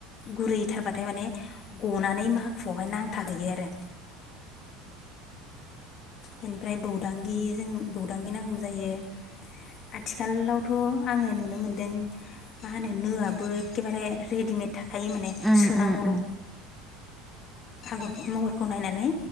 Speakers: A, on the left; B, in the centre.
A: गुरैथारबाथाय माने गनानै माखुआवहाय नांथाहैयो आरो बेनिफ्राय बौदांगि जों बौदांगि नांगौ जायो। आथिखालावथ' आङो नुनो मोनदों मा होनो? नोआबो एखेबारे रेडिमेड थाखायो माने
B: उम
A: सोनांगौल'
B: उम उम
A: आगर महरखौ नायनानै